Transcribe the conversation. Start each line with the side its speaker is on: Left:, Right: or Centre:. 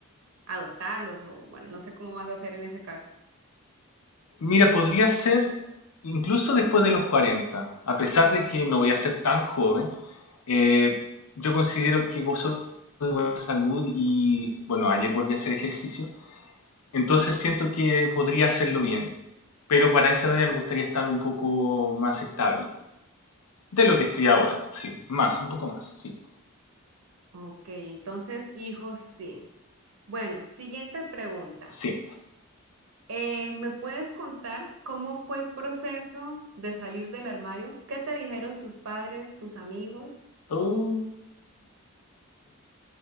Right: Adoptarlos o bueno, no sé cómo vas a hacer en ese caso.
Left: Mira, podría ser incluso después de los 40 a pesar de que no voy a ser tan joven, eh, yo considero que gozo de buena salud y, bueno, ayer volví a hacer ejercicio, entonces siento que podría hacerlo bien, pero para esa edad ya me gustaría estar un poco más estable, de lo que estoy ahora, sí, más, un poco más, sí,
Right: Ok, entonces, hijos sí. Bueno, siguiente pregunta.
Left: sí.
Right: Eh, ¿me puedes contar cómo fue el proceso de salir del armario? ¿Qué te dijeron tus padres, tus amigos?
Left: Uh.